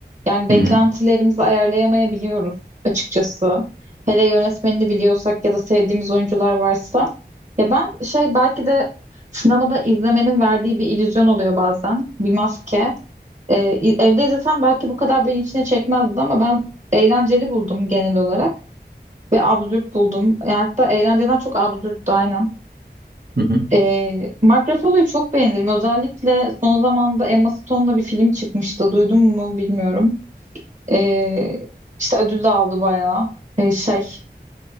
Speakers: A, on the right; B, on the right.
A: Yani beklentilerimizi
B: Hı hı.
A: ayarlayamayabiliyoruz açıkçası. Hele yönetmenini biliyorsak ya da sevdiğimiz oyuncular varsa. Ya ben şey belki de sinemada izlemenin verdiği bir illüzyon oluyor bazen. Bir maske. Ee, i- evde izlesem belki bu kadar beni içine çekmezdi ama ben eğlenceli buldum genel olarak. Ve absürt buldum. Yani hatta eğlenceden çok absürttü aynen.
B: Hı hı.
A: Ee, Mark Ruffalo'yu çok beğenirim. Özellikle son zamanda Emma Stone'la bir film çıkmıştı. Duydun mu bilmiyorum. Ee, işte ödül de aldı bayağı. Ee, şey,